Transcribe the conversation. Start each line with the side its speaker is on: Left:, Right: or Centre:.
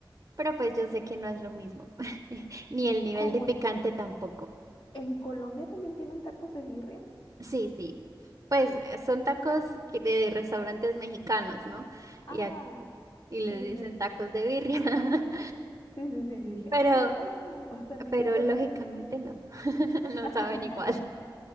Right: Pero pues yo sé que no es lo mismo, <laughs> ni el nivel
Left: ¿Cómo?
Right: de picante tampoco.
Left: ¿En Colombia también tienen tacos de birria?
Right: Sí, sí. Pues eh, son tacos que de restaurantes mexicanos, ¿no?
Left: Ah,
Right: Y, a- y les
Left: sí,
Right: dicen
Left: sí,
Right: tacos de birria. <laughs>
Left: sí, sí, sí. Yo dije,
Right: Pero,
Left: ah, ¿cómo? <laughs> También
Right: pero
Left: en Colombia
Right: lógicamente
Left: comen.
Right: no. <laughs> No
Left: <laughs>
Right: saben igual.